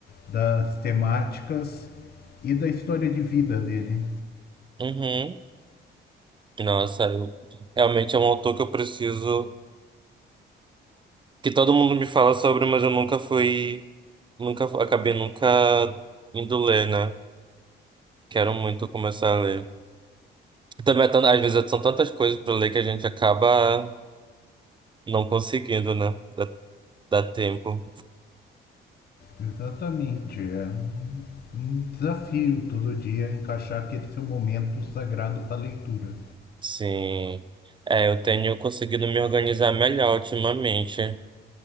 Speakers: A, on the left; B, on the right.
A: das temáticas e da história de vida dele.
B: Uhum. Nossa, eu, realmente é um autor que eu preciso que todo mundo me fala sobre, mas eu nunca fui, nunca fu- acabei nunca indo ler, né? Quero muito começar a ler. Também é tan- às vezes são tantas coisas para ler que a gente acaba não conseguindo, né? Dá, dá tempo.
A: Exatamente, é um, um desafio todo dia encaixar aquele seu momento sagrado para leitura.
B: Sim. É, eu tenho conseguido me organizar melhor ultimamente.